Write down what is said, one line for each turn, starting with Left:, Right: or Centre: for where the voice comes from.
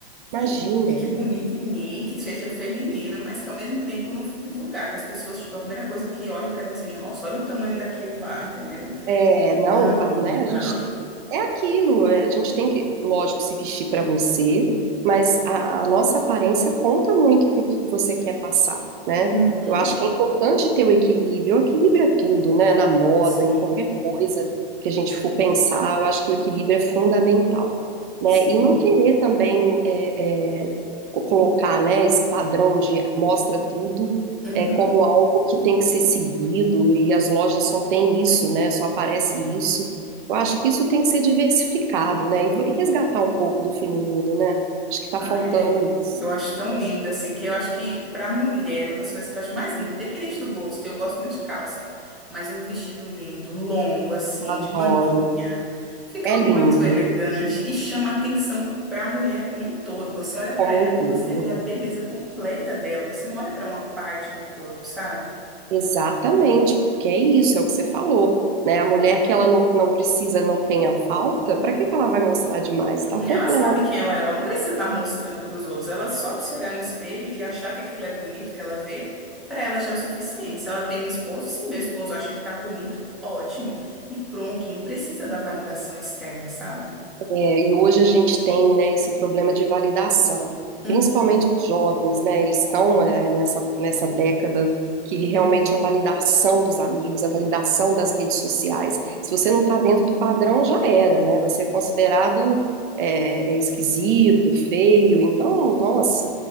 Centre: que
Right: imagina.
Centre: fique bonita em mim, que seja feminina, mas que ao mesmo tempo não fique vulgar, que as pessoas, tipo, a primeira coisa que olhem pra mim seja, nossa, olha o tamanho daquilo lá, entendeu?
Right: É, não,
Centre: Não,
Right: tá, né?
Centre: não.
Right: A gente É aquilo, é, a gente tem que, lógico, se vestir para você, mas a, a nossa aparência conta muito para o que que você quer passar, né?
Centre: Uhum.
Right: Eu acho que é importante ter o equilíbrio. O equilíbrio é tudo, né? Na moda,
Centre: Sim.
Right: em qualquer coisa que a gente for pensar, eu acho que o equilíbrio é fundamental, né?
Centre: Sim.
Right: E não querer também é, é, co- colocar, né, esse padrão de mostra tudo
Centre: Uhum.
Right: é como algo que tem que ser seguido e as lojas só têm isso, né? Só aparece isso. Eu acho que isso tem que ser diversificado, né? E vo- e resgatar um pouco do feminino, né? Acho que tá
Centre: Ai,
Right: faltando
Centre: é.
Right: isso.
Centre: Eu acho tão linda, assim, que eu acho que pra mulher, uma das coisas que eu acho mais linda, independente do gosto, eu gosto muito de calça, mas um vestido lindo, longo, assim,
Right: Eu adoro.
Centre: de manguinha, fica
Right: É
Centre: muito
Right: lindo,
Centre: elegante e chama atenção pra mulher como um todo. Você olha pra
Right: como
Centre: ela
Right: um todo.
Centre: e você vê a beleza completa dela, você não olha pra uma parte do corpo, sabe?
Right: Exatamente, porque é isso, é o que você falou, né? A mulher que ela não, não precisa, não tenha falta, para que que ela vai mostrar demais?
Centre: Uhum,
Right: Tá completa.
Centre: Ela sabe quem ela é, ela não precisa estar mostrando para os outros, ela só de se olhar no espelho e achar que aquilo é bonito que ela vê, para ela já é o suficiente. Se ela tem um esposo, se meu esposo acha que tá bonito, ótimo. E pronto, não precisa da validação externa, sabe?
Right: É, e hoje a gente tem, né, esse problema de validação,
Centre: Uhum,
Right: principalmente os jovens, né, eles estão, é, nessa, nessa década que realmente a validação dos amigos, a validação das redes sociais, se você não está dentro do padrão, já era, né, você é considerado, é, é esquisito, feio, então, nossa,